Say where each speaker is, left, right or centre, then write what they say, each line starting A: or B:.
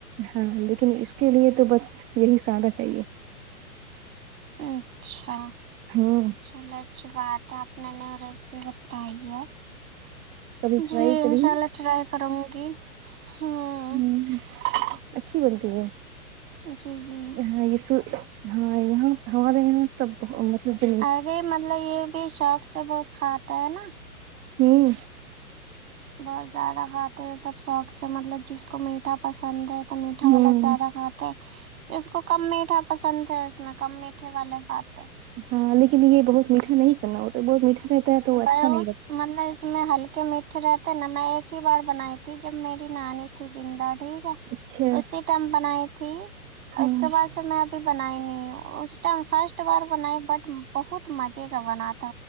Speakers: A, on the right; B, on the right.
A: ہاں لیکن اس کے لیے تو بس یہی سارہ چاہیے
B: اچھا
A: ہاں
B: چلو اچھی بات ہے اپنے نیو ریسیپی بتا بتائی ہے
A: کبھی
B: جی
A: ٹرائی کریے
B: انشاء اللہ ٹرائی کروں گی ہاں
A: ہ اچھی بنتی ہے
B: جی جی
A: ہاں یہ س ہاں یہاں ہمارے یہاں سب مطلب بہت
B: ارے مطلب یہ بھی شوک سے بہت کھاتا ہے نا
A: ہم
B: بہت زیادہ کھاتے ہیں سب شوک سے مطلب جس کو میٹھا پسند ہے تو میٹھا والا
A: ہ
B: زیادہ کھاتے جس کو کم میٹھا پسند ہے اس میں کم میٹھے والے کھاتے
A: ہاں لیکن یہ بہت میٹھا نہیں کرنا اس بہت میٹھا رہتا ہے تو
B: بہت
A: اچھا نہیں رہتا
B: مطلب اس میں ہلکے میٹھے رہتے نا میں ایک ہی بار بنائی تھی جب میری نانی جی جندہ ٹھیک ہے
A: اچھا
B: اس ٹائم بنائی تھی اور
A: ہ
B: اس کے بعد میں ابھی بنائی نہیں ہوں اس ٹائم فرسٹ بار بنائی بٹ بہت مزے کا بنا تھا